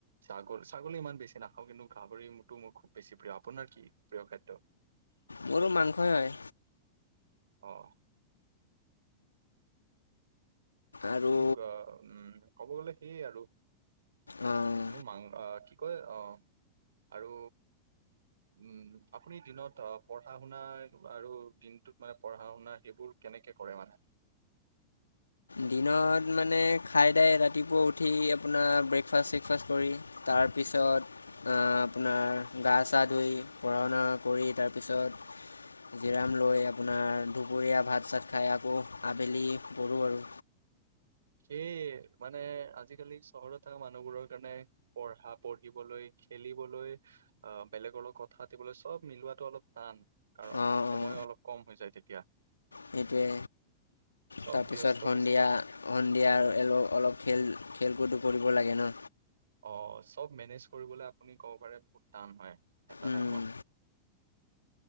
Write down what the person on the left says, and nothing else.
মোৰো মাংসই হয়।
আৰু
আহ,
দিনত মানে খাই দাই ৰাতিপুৱা উঠি আপোনাৰ ব্ৰেকফাষ্ট-চেকফাষ্ট কৰি তাৰপিছত পিছত আপোনাৰ গা চা ধুই পঢ়া-শুনা কৰি তাৰপিছত জিৰাম লৈ আপোনাৰ দুপৰীয়া ভাত চাত খাই, আকৌ আবেলি কৰোঁ আৰু
অঁ
অঁ
সেইটোৱে
তাৰপিছত
সন্ধিয়া
সন্ধিয়া এলো অলপ খেল খেলকূদো কৰিব লাগে ন।
অঁ